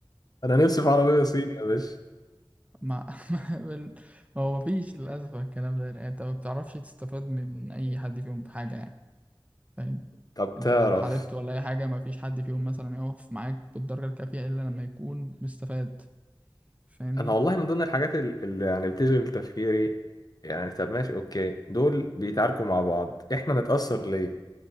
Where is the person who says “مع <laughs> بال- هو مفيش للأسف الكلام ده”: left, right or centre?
Right